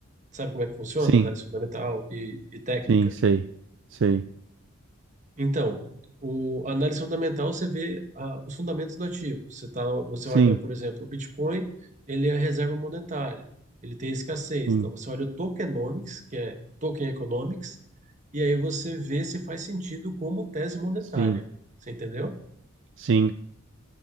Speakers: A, on the right; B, on the right.
A: Sabe como é que funciona?
B: Sim,
A: Análise fundamental e, e técnica.
B: sim, sei, sei.
A: Então, o, a análise fundamental você vê ah, os fundamentos do ativo. Você, tá, você
B: Sim,
A: olha, por exemplo, o Bitcoin, ele é a reserva monetária, ele tem escassez.
B: sim,
A: Então, você olha o tokenomics, que é token economics, e aí você vê se faz sentido como tese monetária.
B: sim,
A: Você entendeu?
B: sim.